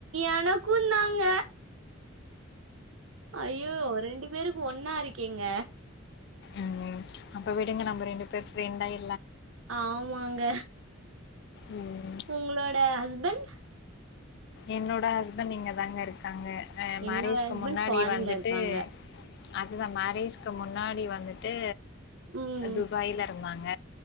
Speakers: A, on the right (about 75°); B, on the left (about 55°).
A: எனக்கும் தாங்க அய்யோ ரெண்டு பேருக்கு ஒன்னா இருக்கேங்க
B: உம் அப்ப விடுங்க நம்ம ரெண்டு பேரும் பிரண்டாய்
A: ஆமாங்க
B: ம்
A: உங்களோட ஹஸ்பண்ட்
B: என்னோட ஹஸ்பண்ட் இங்க தாங்க இருக்காங்க அ
A: என்னோட
B: மேரேஜ்க்கு
A: ஹஸ்பண்ட்
B: முன்னாடி
A: ஃபாரின்ல
B: வந்துட்டு
A: இருக்காங்க.
B: அதுத மேரேஜ்க்கு முன்னாடி வந்துட்டு
A: ம்.
B: துபாயில இருந்தாங்க